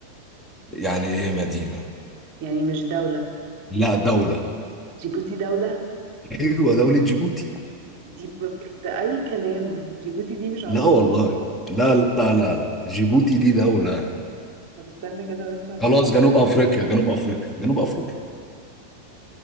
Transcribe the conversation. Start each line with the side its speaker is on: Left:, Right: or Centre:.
Centre: يعني إيه مدينة؟
Right: يعني مش دولة
Centre: لا دولة
Right: جيبوتي دولة
Centre: أيوة دولة جيبوتي
Right: دي مف... ده أي كلام جيبوتي دي مش عاصمة
Centre: لا والله
Right: الصومال
Centre: لا لا لا لا جيبوتي دي دولة
Right: طب استنى كده بس عشان
Centre: خلاص
Right: أفكر
Centre: جنوب أفريقيا جنوب أفريقيا جنوب أفريقيا